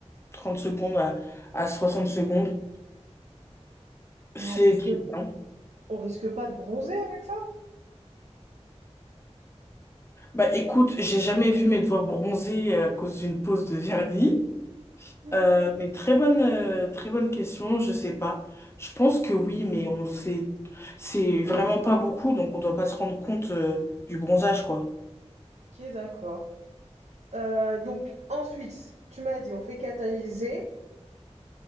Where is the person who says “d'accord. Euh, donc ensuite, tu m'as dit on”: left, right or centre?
Right